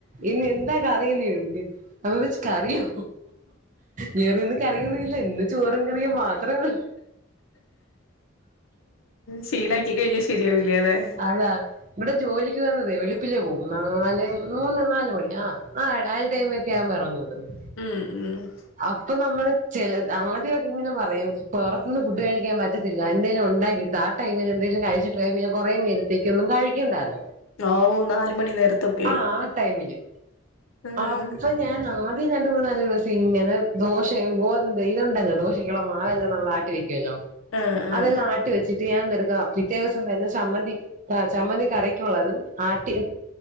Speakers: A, on the right; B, on the left.
A: ഇന്ന് എന്താ കറിന്ന് ചോയ്ക്കും അവ വച്ച് കറിയോ വേറെ ഇന്ന് കറിയൊന്നും ഇല്ല ഇന്ന് ചോറും കറിയും മാത്രേഒള്ളൂ
B: ശീലാക്കി കഴിഞ്ഞാ ശരിയാവില്ല ല്ലെ
A: അതാ ഇവിടെ ജോലിക്ക് വന്നതേ വെളി ഉപ്പിൽ പോവും നാല് മൂന്ന് നാല് മണി ആ നാ ആ ടൈമ ഒക്കെ ആവ്ബോ എ റങ്ങു വട്ന്ന്..
B: മ്മ്ഹ്ഹ്.
A: അപ്പ നമ്മള് ചെലത്. ആദ്യം ങ്ങനെ പറയും. കൊറ ഇന്ന് ഫുഡ് കഴിക്കൻ പറ്റതില്ല എന്തങ്കലും ഉണ്ടാക്കിട്ട ആടൈമിൽ എന്തേലും കഴിചിട്ട് പോയ. പിന്നെ കുറേനേ. കെന്നും കഴിക്കണ്ടാന്ന് പറയും..
B: ആവൂ നാല് മണി നേരത്തൊക്കെ
A: ആ ആ ടൈമില്
B: ഉം
A: അപ്പൊ ഞാൻ ആ.. റി രണ്ട്. മുന്നാല് ദിവസ ഇങ്ങനെ ദോശ ഗോതംന്ത ഇതുണ്ടല്ലോ ദോശക്കള മാവെല്ലാം നമ്മൾ ആട്ടി വെക്കുല്ലോ..
B: ആഹ് ആഹ്
A: അതെല്ലാം ആട്ടി വെച്ചിട്ട് ഞാൻ എറുകാം. പിറ്റേ ഇസംവെര്നെ സംമ്മന്തി.. ആ ചമ്മന്തി കറിക്കുള്ളതും ആട്ടി